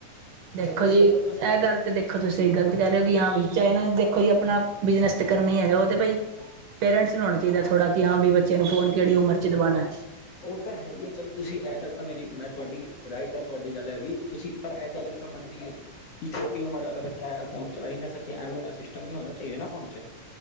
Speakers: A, on the right; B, on the left.
A: ਦੇਖੋ
B: ਤੇ ਤੁਸੀਂ
A: ਜੀ,
B: ਵੀ ਉਹ ਤੁਸੀਂ
A: ਐ ਗੱਲ ਤੇ ਦੇਖ ਦੇਖੋ ਤੁਸੀ ਗਲਤ ਕੈ ਰੇ ਓ ਕਿ ਹਾਂ ਬੀ ਚਾਈਨਾ ਨੇ ਦੇਖੋ ਜੀ ਅਪਣਾ ਬਿਜਨਸ ਤੇ ਕਰਨਾ ਈ ਹੈਗਾ ਓ ਤੇ ਬਈ ਪੇਰੈਂਟਸ ਨੂੰ ਹੋਣਾ ਚਾਈਦਾ ਥੋੜਾ ਕਿ ਹਾਂ ਬੀ ਬੱਚੇ ਨੂੰ ਫੋਨ ਕੇੜੀ ਉਮਰ ਚ ਦਵਾਉਣਾ
B: ਓ ਓ ਤਾ ਹੈਈ ਐ ਚਲੋ ਤੁਸੀ ਐ ਗੱਲ ਤਾਂ ਮੇਰੀ ਮੈਂ ਤੁਆਡੀ ਰਾਈਟ ਐ ਤੁਆਡੀ ਗੱਲ ਐ ਵੀ ਤੁਸੀ ਪਰ ਐ ਗੱਲ ਵੀ ਤਾਂ ਮੰਨਦੀ ਏ ਵੀ ਛੋਟੀ ਉਮਰ ਵਾਲਾ ਬੱਚਾ ਐ ਫੋਨ ਚਲਾ ਈ ਨਾ ਸਕੇ ਐਵੇਂ ਦਾ ਸਿਸਟਮ ਵੀ ਹੋਨਾ ਚਾਈਦਾ ਨਾ ਫੋਨ ਚ।